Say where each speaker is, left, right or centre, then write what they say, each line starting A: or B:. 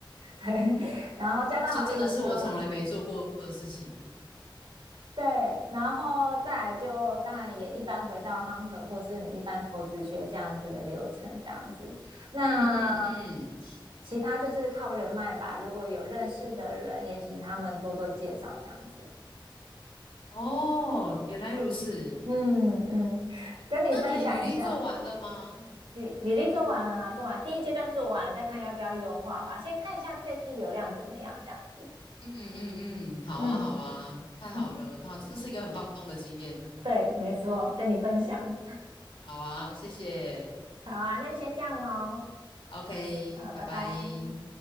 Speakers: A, on the right; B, on the left.
A: 对。<laughs> 然后加到好友之后。
B: 这真的是我从来没做过的事情。
A: 对，然后再来就当然也一般回到 hunter 或是你一般投资学这样子的流程，这样子。那
B: 嗯嗯嗯，
A: 其他就是靠人脉吧，如果有认识的人，也请他们多多介绍这样子。
B: 哦，原来如此。
A: 嗯嗯，跟你分享一下，
B: 那你履历做完了吗？
A: 履履历做完啦，做完第一阶段做完，再看要不要优化吧。先看一下这批流量怎么样，这样子。
B: 嗯嗯嗯，好啊好啊，
A: 嗯，
B: 太好了，
A: <laughs>
B: 好，这是一个很棒的经验。
A: 对，没错，跟你分享。
B: 好啊，谢谢。
A: 好啊，那就先这样喽。
B: OK，
A: 呃，拜拜。
B: 拜拜。